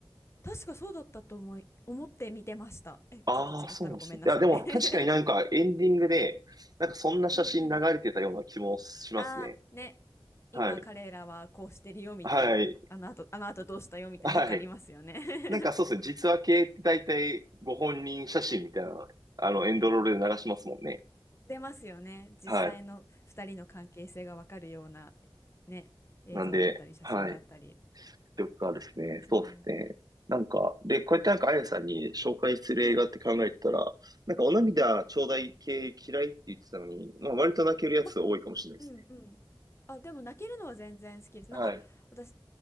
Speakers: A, on the left; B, on the right.
A: 確かそうだったと思い、思って見てました。え、ちょっと違ったらごめんなさい。
B: ああー、そうなんですね。いや、でも確かになんかエンディングで、
A: <laughs>
B: なんかそんな写真流れてたような気もしますね。
A: うんうん。ああ、ね。今彼らはこうしてるよみたいな、
B: はい。はい。
A: あの後、あの後どうしたよみたいなよくありますよね。
B: はい。なんかそうですね、実話系って大体ご本人写真みたいな、あの、エンドロールで流しますもんね。
A: <laughs> 出ますよね。実際の2人の関係性がわかるような、
B: はい。
A: ね、映像だったり写真だったり。
B: なんで、はい。とかですね、
A: そう。
B: そうですね。なんか、で、こうやってなんかあやさんに紹介する映画って考えてたら、
A: はい。
B: なんかお涙ちょうだい系嫌いって言ってたのに、
A: うん。
B: まあ割と泣けるやつ多いかもしれないですね。
A: ま、うんうん。あ、でも泣けるのは全然好きです。
B: はい。
A: なんか私、ひ